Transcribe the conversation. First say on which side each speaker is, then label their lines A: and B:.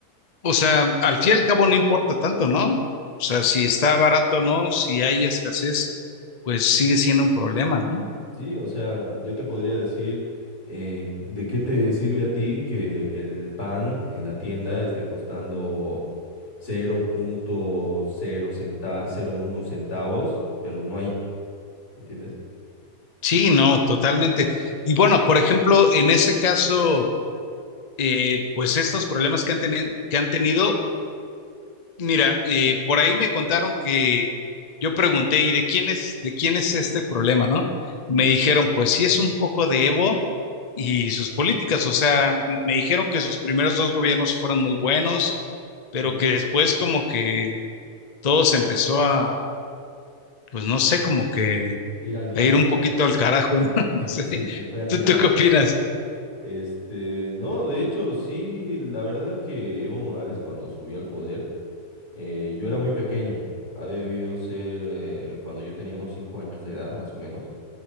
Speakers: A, on the left (about 30°); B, on the left (about 70°).
A: O sea, al fin y al cabo no importa tanto, ¿no? O sea, si está barato o no, si hay escasez, pues
B: Sí,
A: sigue siendo un problema, ¿no?
B: sí, o sea, yo te podría decir eh, de qué te sirve a ti que el pan en la tienda esté costando cero punto cero centa- cero uno centavos, pero no hay, ¿entiendes?
A: Sí, no, totalmente. Y bueno, por ejemplo, en ese caso, eh, pues estos problemas que han tenido, que han tenido, mira, eh, por ahí me contaron que yo pregunté, ¿y de quién es, de quién es este problema, no? Me dijeron, pues sí es un poco de Evo y sus políticas. O sea, me, me dijeron que sus primeros dos gobiernos fueron muy buenos, pero
B: Sí,
A: que después como que todo se empezó a, pues no sé, como que
B: ir al diablo.
A: a ir un poquito al carajo, ¿no? <laughs>
B: <laughs>
A: Sí.
B: Sí, se fue al
A: ¿Tú,
B: diablo
A: tú qué opinas?
B: todo. Este, no, de hecho, sí, la verdad es que Evo Morales cuando subió al poder Eh, yo era muy pequeño, ha debido ser eh, cuando yo tenía unos cinco años de edad, más o menos,